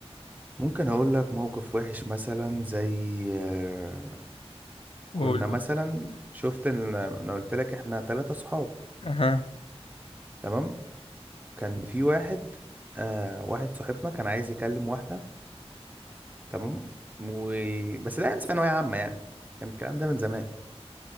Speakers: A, on the right; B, on the left.
A: ممكن أقول لك موقف وحش مثلا زي آه،
B: قول
A: كنا مثلا
B: قول.
A: شفت إن أنا قلت لك إحنا تلاتة صحاب
B: اها
A: تمام كان في واحد آه واحد صاحبنا كان عايز يكلم واحدة تمام و... بس ده أيام ثانوية عامة يعني كان الكلام ده من زمان